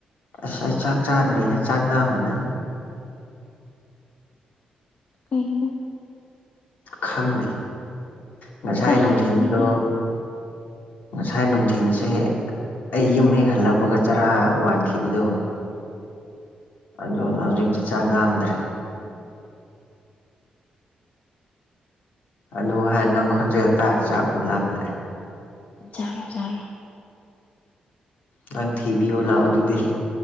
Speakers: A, on the left (about 80°); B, on the left (about 60°).
A: ꯑꯁ ꯑꯩ ꯆꯥꯛ ꯆꯥꯗ꯭ꯔꯤꯅ ꯆꯥꯛ ꯂꯥꯝꯕꯅ
B: ꯀꯩꯍꯅꯣ
A: ꯈꯪꯗꯦ ꯉꯁꯥꯏ
B: ꯀꯔꯤꯒꯤꯅꯣ
A: ꯅꯨꯡꯊꯤꯟꯗꯣ ꯉꯁꯥꯏ ꯅꯨꯡꯊꯜꯁꯦ ꯑꯩ ꯌꯨꯝ ꯍꯦꯛ ꯍꯜꯂꯛꯄꯒ ꯆꯔꯥ ꯋꯥꯟꯈꯤꯕꯗꯣ ꯑꯗꯨ ꯍꯧꯖꯤꯛꯇꯤ ꯆꯥꯛ ꯂꯥꯝꯗ꯭ꯔꯦ ꯑꯗꯨ ꯍꯥꯟꯅ ꯅꯪ ꯈꯣꯟꯖꯦꯜ ꯇꯥꯔ ꯆꯥꯛꯄꯨ ꯂꯥꯝꯂꯛꯑꯦ
B: ꯖꯥꯔꯣ ꯖꯥꯔꯣ
A: ꯅꯪ ꯊꯤꯕꯤꯌꯣ ꯂꯥꯛꯑꯣ ꯑꯗꯨꯗꯤ